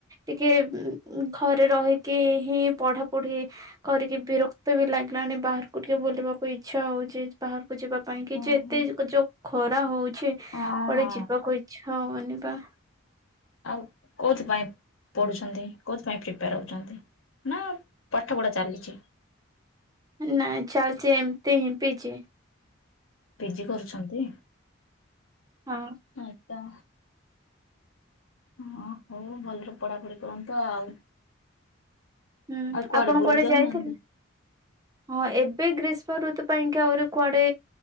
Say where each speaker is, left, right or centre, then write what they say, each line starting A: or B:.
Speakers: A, on the right; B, on the left.
A: ଟିକେ ଘରେ ରହିକି ହିଁ ପଢାପଢି କରିକି ବିରକ୍ତ ବି ଲାଗିଲାଣି ବାହାରକୁ ଟିକେ ବୁଲିବାକୁ ଇଚ୍ଛା ହଉଛି ବାହାରକୁ ଯିବା ପାଇଁ କି।
B: ଓହୋ।
A: ଯେ ଏତେ ଯୋଉ ଖରା ହଉଛି କୁଆଡେ
B: ହଁ ହଁ
A: ଯିବାକୁ ଇଛା। ହଉନି ବା।
B: ଆଉ କୋଉଥିପାଇଁ। ପଢୁଛନ୍ତି। କେଉଁଥିପାଇଁ ପ୍ରିପେୟାର ହେଉଛନ୍ତି ନା ପାଠ ପଢ଼ା ଚାଲିଛି?
A: ନାାଇଁ ଚାଲଛି ଏମତି ହି ପିଜି।
B: ପିଜି କରୁଛନ୍ତି?
A: ହଁ
B: ଆ ତା ହ ହଉ ଭଲରେ ପଢାପଢି କରନ୍ତୁ ଆଉ
A: ହୁଁ
B: ଆଉ
A: ଆପଣ
B: ବୁଲି
A: କୁଆଡେ
B: ଯାଉନାହାନ୍ତି?
A: ଯାଇଥିଲେ। ହଁ ଏବେ ଗ୍ରୀଷ୍ମ ଋତୁ ପାଇଁ କି ଆହୁରି କୁଆଡେ